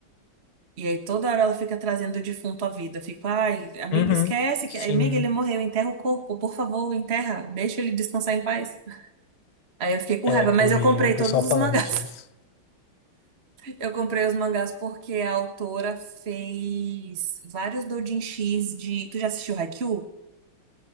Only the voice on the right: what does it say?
E aí toda hora ela fica trazendo o defunto à vida. Eu fico, ai, amiga,
esquece
que. Amiga, ele morreu, enterra o corpo, por favor, enterra. Deixa ele descansar em paz. Aí eu fiquei com
raiva, mas
eu comprei
todos os
mangás.
<laughs> Eu comprei os mangás porque a autora fez vários doujinshis de. Tu já assistiu Haikyuu?